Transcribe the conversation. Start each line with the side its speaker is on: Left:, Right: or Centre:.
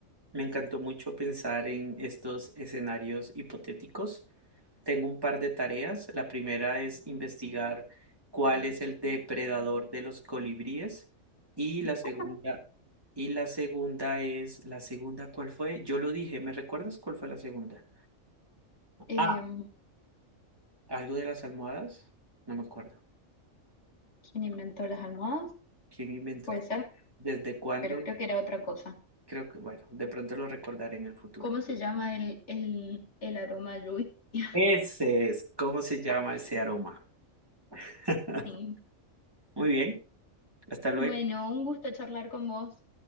Right: me encantó mucho pensar en estos escenarios hipotéticos. Tengo un par de tareas. La primera es investigar cuál es el depredador de los colibríes y la segunda
Left: <laughs>
Right: y la segunda es la segunda ¿cuál fue? Yo lo dije, ¿me recuerdas cuál fue la segunda?
Left: Em,
Right: Ah, algo de las almohadas, no me acuerdo.
Left: ¿Quién inventó las almohadas?
Right: ¿Quién inventó?
Left: Puede ser,
Right: ¿Desde cuándo?
Left: pero creo que era otra cosa.
Right: Creo que bueno, de pronto lo recordaré en el futuro.
Left: ¿Cómo se llama el, el, el aroma a lluvia? <laughs>
Right: Ese es, ¿cómo se llama ese aroma? <laughs>
Left: Sí.
Right: Muy bien, hasta luego.
Left: Bueno, un gusto charlar con vos.